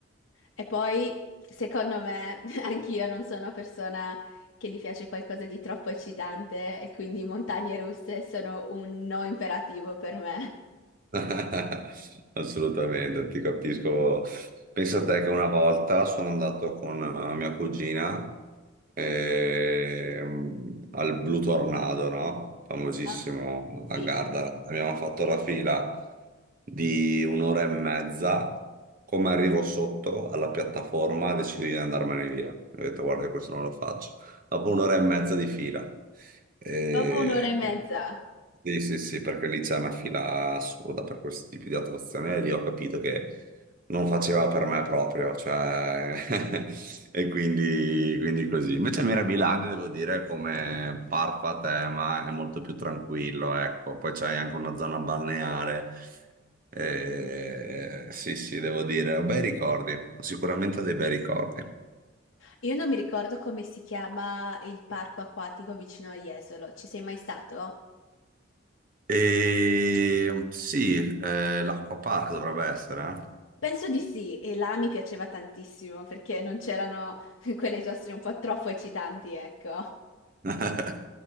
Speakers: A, on the left; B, on the right.
A: E poi, secondo me, <laughs> anch'io non sono persona che gli piace qualcosa di troppo eccitante e quindi montagne russe sono un no imperativo per me.
B: <laughs> Assolutamente, ti capisco. Pensa a te che una volta sono andato con eh, mia cugina ehm, al Blue Tornado, no? Famosissimo
A: Ah, Sì,
B: a Gardara. Abbiamo fatto la fila di un'ora e mezza. Come arrivo sotto alla piattaforma, decido di andarmene via. Ho detto, guarda, questo non lo faccio dopo un'ora e mezza di fila. Eh,
A: dopo un'ora e mezza.
B: sì, sì, sì, perché lì c'è una fila assurda per questi tipi di attrazioni e lì ho capito che non faceva per me proprio, cioè, <laughs> e quindi, quindi così. Invece Mirabilandia, devo dire, come parco a tema è molto più tranquillo, ecco. Poi c'hai anche una zona balneare. Eh, sì, sì, devo dire, ho bei ricordi, sicuramente ho dei bei ricordi.
A: Io non mi ricordo come si chiama il parco acquatico vicino a Jesolo. Ci sei mai stato?
B: E mm, sì, eh, l'Acqua Park dovrebbe essere.
A: Penso di sì, e là mi piaceva tantissimo perché non c'erano <laughs> quelle giostre un po' troppo eccitanti, ecco.
B: eh.